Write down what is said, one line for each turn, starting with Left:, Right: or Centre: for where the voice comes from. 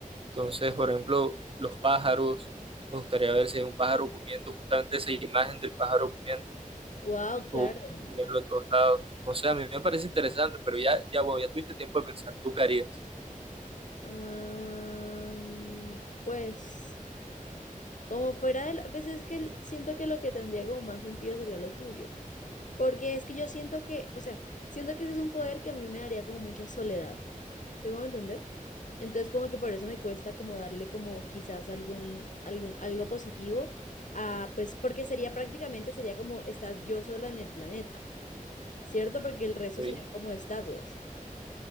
Right: Entonces, por ejemplo, los pájaros, me gustaría ver si hay un pájaro comiendo, justamente esa imagen del pájaro comiendo,
Left: Wow, claro.
Right: o verlo a todos lados. No sé, a mí me parece interesante, pero ya, ya, bueno, ya tuviste tiempo de pensar, ¿tú qué harías?
Left: Ah, pues, como fuera de la, pues es que el- siento que lo que tendría como más sentido sería lo tuyo. Porque es que yo siento que, o sea, siento que ese es un poder que a mí me daría como mucha soledad. ¿Sí me voy a entender? Entonces como que por eso me cuesta como darle como quizás algún, algún, algo positivo a, pues porque sería prácticamente, sería como estás yo sola en el planeta, ¿cierto? Porque el resto
Right: ¿Sí?
Left: serían como estatuas.